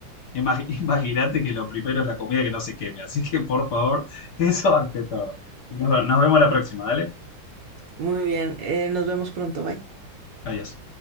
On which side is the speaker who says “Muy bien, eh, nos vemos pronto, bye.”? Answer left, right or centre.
Right